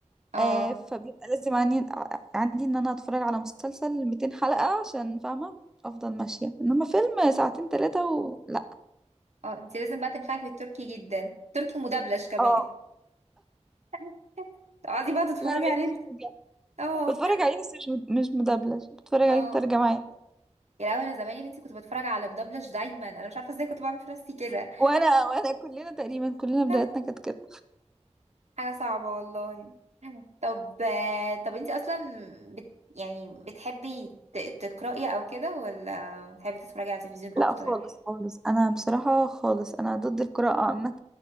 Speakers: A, on the right; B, in the centre.
A: اه
B: آه فبيبقى لازم عندي عندي ان انا اتفرج على مسلسل 200 حلقة عشان فاهمة افضل ماشية انما فيلم ساعتين ثلاثة و... لا
A: اه انت لازم بقى تنفعي في التركي جدا تركي مدبلج كمان
B: اه
A: <laughs> تقعدي بقى تتفرجي
B: لا ماليش
A: عليه
B: فيه بجد
A: اه
B: بتفرج عليه بس مش مش مدبلج بتفرج
A: اه
B: عليه مترجم عادي
A: يا لهوي انا زمان يا بنتي كنت بتفرج على مدبلج دايما انا مش عارفه ازاي كنت بعمل في نفسي كده
B: وانا وانا كلنا تقريبا كلنا بدايتنا
A: <laughs>
B: كانت كده
A: حاجه صعبه والله طب طب انت اصلا بت... يعني بتحبي ت... تقراي او كده ولا بتحبي تتفرجي على التلفزيون
B: لا
A: اكتر
B: خالص خالص انا بصراحة خالص انا ضد القراءة عامة